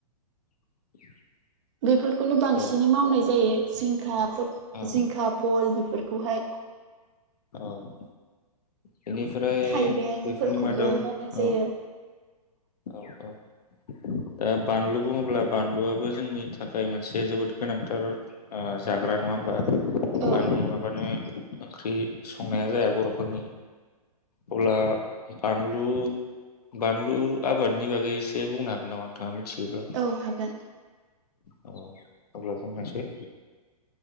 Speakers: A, on the left; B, on the right.
A: <inaudible>
B: बेफोरखौनो बांसिनै
A: औ
B: मावनाय जायो। जिं खा <unintelligible>
A: औ
B: जिंखा फल फोरखौहाय
A: औ। बेनिफ्राय
B: थाइबेंफोरखौबो
A: बेफोरनि मादाव
B: मावनाय
A: औ
B: जायो।
A: औ औ। ओ बानलु बुङोब्ला बानलुआबो जोंनि थाखाय मोनसे जोबोद गोनांथार ओ जाग्रा नङा होमबा?
B: औ
A: बानलु नङाबानो ओंख्रि संनाया जाया बर'फोरनि अब्ला बानलु बानलु आबादनि बागै एसे बुंनो हागोन नामा? नोंथांआ मि थिब्ला
B: औ हागोन
A: औ अब्ला बुंनायसाय